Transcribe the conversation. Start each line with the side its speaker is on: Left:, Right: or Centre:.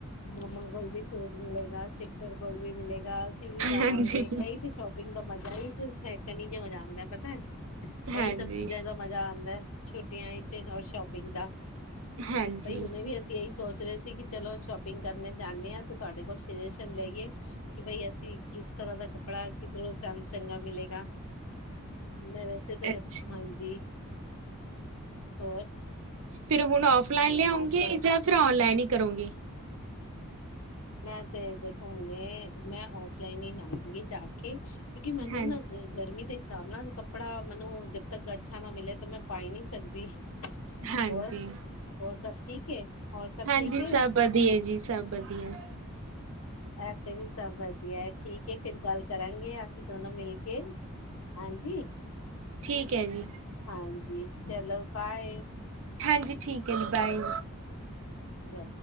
Left: ਮੰਮਾ ਕੋਲ ਵੀ ਸੂਟ ਮਿਲੇਗਾ ਸ਼ਿਸਟਰ ਕੋਲ ਵੀ ਮਿਲੇਗਾ ਅਸੀਂ ਵੀ ਜਾਵਾਂਗੇ
Right: ਹਾਂਜੀ
Left: ਇਹੀ ਸ਼ੋਪਿੰਗ ਦਾ ਮਜ਼ਾ ਹੀ ਕੁੱਛ ਏਕਣ ਜੇ ਹੋ ਜਾਂਦਾ ਪਤਾ ਇਹੀ
Right: ਹਾਂਜੀ
Left: ਸਭ ਚੀਜ਼ਾਂ ਦਾ ਮਜ਼ਾ ਆਂਦਾ ਛੁੱਟੀਆਂ ਵਿੱਚ ਹੋਰ ਸ਼ੋਪਿੰਗ ਦਾ
Right: ਹਾਂਜੀ
Left: ਬਈ ਹਨੇ ਵੀ। ਅਸੀਂ ਇਹੀ ਸੋਚ ਰਹੇ ਸੀ ਕਿ ਚਲੋ ਸ਼ੋਪਿੰਗ ਕਰਨੇ ਜਾਂਦੇ ਹਾਂ ਤੇ ਤੁਹਾਡੇ ਕੋਲ ਸੁਜੈਸ਼ਨ ਲਈਏ ਕਿ ਬਈ ਅਸੀਂ ਕਿਸ ਤਰ੍ਹਾਂ ਦਾ ਕੱਪੜਾ ਕਿੱਧਰੋਂ ਸਾਨੂੰ ਚੰਗਾ ਮਿਲੇਗਾ। ਮੈਂ ਵੈਸੇ ਤਾਂ
Right: ਅੱਛਾ
Left: ਹਾਂਜੀ ਹੋਰ
Right: ਫਿਰ ਹੁਣ ਔਫਲਾਈਨ
Left: ਹੋਰ
Right: ਲਿਆਉਂਗੇ,
Left: ਨਾਸ਼ਤਾ ਵਸ
Right: ਜਾਂ ਫਿਰ ਔਨਲਾਈਨ ਹੀ ਕਰੋਂਗੇ?
Left: ਮੈਂ, ਤੇ ਦੇਖੋ ਹੁਣੇ, ਮੈਂ ਔਫਲਾਈਨ ਹੀ ਲਵਾਂਗੀ ਜਾਕੇ, ਕਿਉਂਕਿ ਮੈਨੂੰ
Right: ਹਾਂਜੀ
Left: ਨਾ ਗਰਮੀ ਦੇ ਹਿਸਾਬ ਨਾਲ ਕੱਪੜਾ ਮੈਨੂੰ ਜਬ ਤੱਕ ਅੱਛਾ ਨਾ ਮਿਲਿਆ, ਤਾਂ ਮੈਂ ਪਾਈ ਨੀ ਸਕਦੀ।
Right: ਹਾਂਜੀ
Left: ਹੋਰ, ਹੋਰ ਸਭ ਠੀਕ ਏ? ਹੋਰ ਸਭ
Right: ਹਾਂਜੀ
Left: ਠੀਕ ਏ?
Right: ਸਭ ਵਧੀਆ ਜੀ, ਸਭ ਵਧੀਆ।
Left: ਐਥੇ ਵੀ ਸਭ ਵਧੀਆ ਏ, ਠੀਕ ਏ, ਫੇਰ ਗੱਲ ਕਰਾਂਗੇ ਅਸੀ ਦੋਨੋ ਮਿਲਕੇ। ਹਾਂਜੀ!
Right: ਠੀਕ ਹੈ ਜੀ
Left: ਹਾਂਜੀ, ਚਲੋ ਬਾਏ।
Right: ਹਾਂਜੀ ਠੀਕ ਹੈ ਜੀ, ਬਾਏ।
Left: ਹ